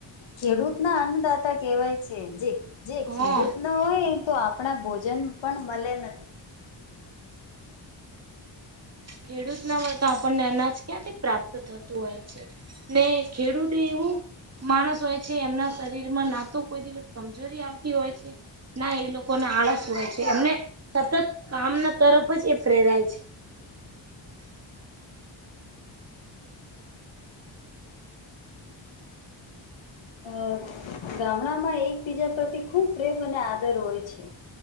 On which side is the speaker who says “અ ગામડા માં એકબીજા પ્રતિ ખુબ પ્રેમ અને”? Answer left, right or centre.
Left